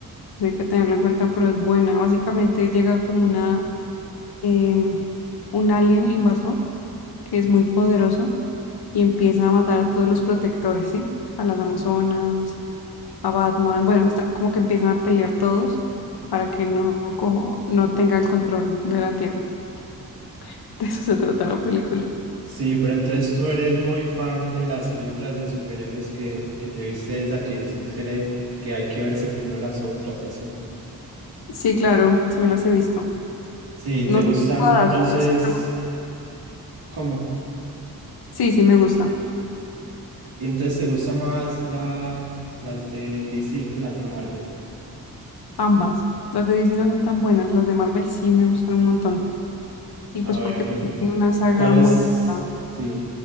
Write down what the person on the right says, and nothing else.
Sí, pero entonces tú eres muy fan de las películas de superhéroes que, que te viste esa que dices que, eres- que hay que verse primero las otras y así.
Sí,
te
gustan
entonces,
¿cómo?
Y entonces te gusta más la, las de DC que las de Marvel.
A
ver, mi-
¿cuál es,
sí,